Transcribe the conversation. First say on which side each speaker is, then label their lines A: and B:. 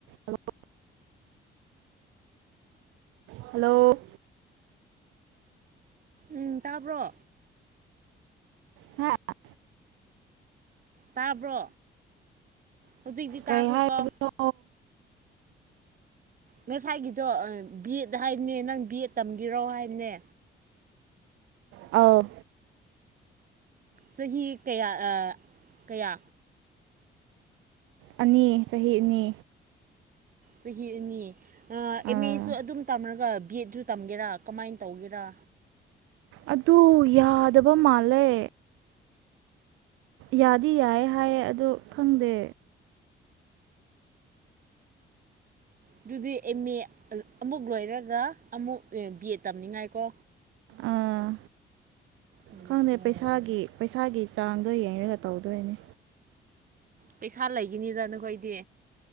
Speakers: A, on the right (about 85°); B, on the right (about 45°).
A: ꯍꯜꯂꯣ ꯍꯂꯣ
B: ꯎ ꯇꯥꯕ꯭ꯔꯣ
A: ꯍꯥꯥ
B: ꯇꯥꯕ꯭ꯔꯣ ꯍꯧꯖꯤꯛꯇꯛꯇꯤ ꯇꯥꯈ꯭ꯔꯦꯀꯣ
A: ꯀꯩ ꯍꯥꯏꯕꯅꯣ
B: ꯉꯁꯥꯏꯒꯤꯗꯣ ꯕꯤ ꯑꯦꯠ ꯍꯥꯏꯕꯅꯦ ꯅꯪ ꯕꯤ ꯑꯦꯗ ꯇꯝꯈꯤꯔꯣ ꯍꯥꯏꯕꯅꯦ
A: ꯑ
B: ꯆꯍꯤ ꯀꯌꯥ ꯀꯌꯥ
A: ꯑꯅꯤ ꯆꯍꯤ ꯑꯅꯤ
B: ꯆꯍꯤ ꯑꯅꯤ ꯑꯦꯝ
A: ꯑꯥ
B: ꯑꯦꯁꯨ ꯑꯗꯨꯝ ꯇꯝꯔꯒ ꯒꯦꯠꯁꯨ ꯇꯝꯒꯦꯔꯥ ꯀꯃꯥꯏꯅ ꯇꯧꯒꯦꯔꯥ
A: ꯑꯗꯨ ꯌꯥꯗꯕ ꯃꯥꯜꯂꯦ ꯌꯥꯗꯤ ꯌꯥꯏ ꯍꯥꯏꯌꯦ ꯑꯗꯨ ꯈꯪꯗꯦ
B: ꯑꯗꯨꯗꯤ ꯑꯦꯝ ꯑꯦ ꯑꯃꯨꯛ ꯂꯣꯏꯔꯒ ꯑꯃꯨꯛ ꯕꯤ ꯑꯦꯗ ꯇꯝꯅꯤꯡꯉꯥꯏ ꯀꯣ
A: ꯑꯥ
B: ꯎꯝ
A: ꯈꯪꯗꯦ ꯄꯩꯁꯥꯒꯤ ꯄꯩꯁꯥꯒꯤ ꯆꯥꯡꯗꯣ ꯌꯦꯡꯉꯒ ꯇꯧꯗꯣꯏꯅꯤ
B: ꯄꯩꯁꯥ ꯂꯩꯈꯤꯅꯤꯗ ꯅꯈꯣꯏꯗꯤ